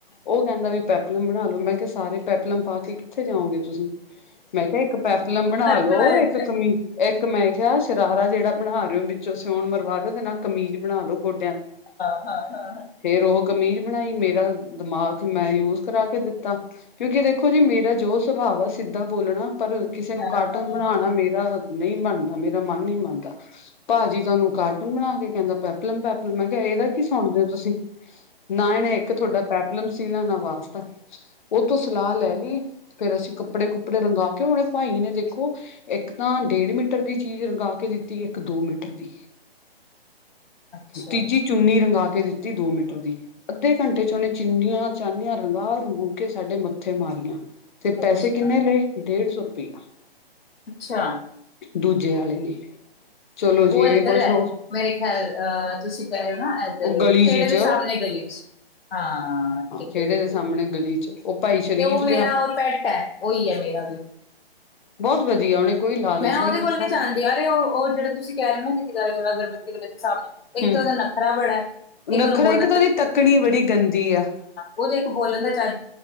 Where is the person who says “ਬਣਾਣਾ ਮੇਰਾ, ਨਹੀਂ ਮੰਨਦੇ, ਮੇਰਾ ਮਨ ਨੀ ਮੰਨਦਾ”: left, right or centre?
Left